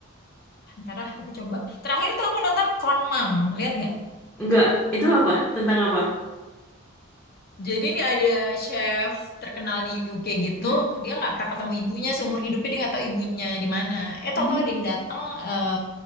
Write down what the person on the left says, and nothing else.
Ntar ah, aku coba. Terakhir tuh aku nonton Kon Mam. Lihat
Jadi ini ada chef terkenal di UK gitu,
dia nggak pernah ketemu ibunya seumur hidupnya dia nggak tahu ibunya di mana. Eh tahu-tahu
ada yang datang eh,